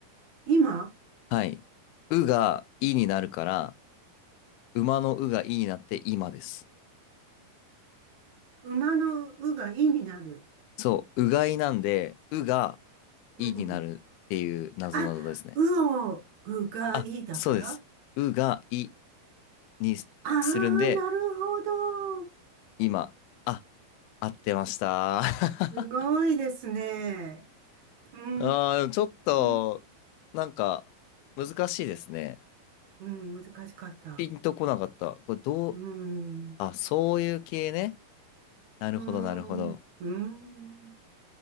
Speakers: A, on the right; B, on the left.
A: 今
B: はい。うがいになるから、馬のうがいになって今です。
A: 馬のうがいになる。
B: そう、うがいなんで、うがいになるっていう謎々ですね。
A: うん。あ、うをうがいだから
B: あ、そうです。うがいにするんで、
A: ああなるほど。
B: 今、あ、合ってました。<laughs> あ
A: すごいですね。うー
B: ーでもちょっと、
A: ん。
B: なんか、難しいですね。
A: うん、難しかった。
B: ピンとこなかった。これどう、
A: うーん。
B: あ、そういう系ね。なるほど、
A: うーん。
B: なるほど。
A: うーん。